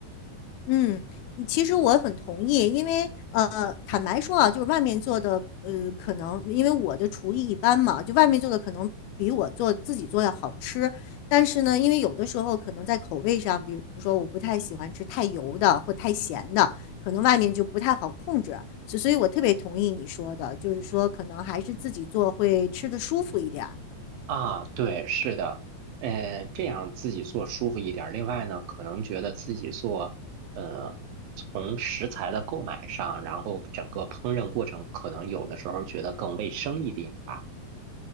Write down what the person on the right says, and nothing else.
啊，对，是的，呃，这样自己做舒服一点儿。另外呢，可能觉得自己做，呃，从食材的购买上，然后整个烹饪过程，可能有的时候觉得更卫生一点吧。